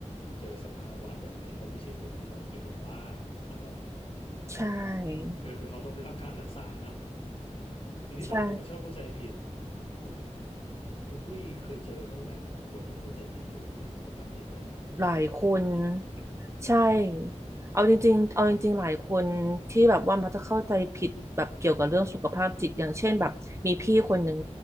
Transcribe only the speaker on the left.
เจอสภาวะแบบนี้เขาไม่ใช่คนที่แบบเป็นคนบ้าตลอด
คือคือเขาต้องได้รับการรักษาเนาะทีนี้สังคมมันชอบเข้าใจผิด
คุณคุณอุ้ยเคยเจอบ้างไหมคนที่เข้าใจผิดเกี่ยวกับเรื่องสุขภาพจิตแบบเนี้ย
ในชีวิตจริงอะ